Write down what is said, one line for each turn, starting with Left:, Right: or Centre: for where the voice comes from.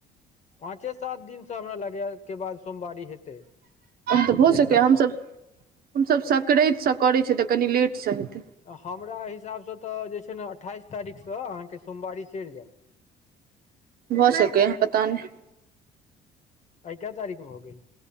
Left: पाँचे सात दिनसँ हमरा लगैये के बाद सोमवारी हेतै
Right: तऽ भऽ
Left: एक
Right: सकैए
Left: सप्ताह
Right: हमसभ हमसभ सक्रैंतसँ करैछीयै तऽ कनी लेटसँ हेतै
Left: हमरा हिसाबसँ तऽ जे छै ने अठाइस तारीखसँ अहाँके सोमवारी चैढ़ जाएत।
Right: भऽ सकेैयै पता नहि
Left: आइ के तारीख भऽ गेल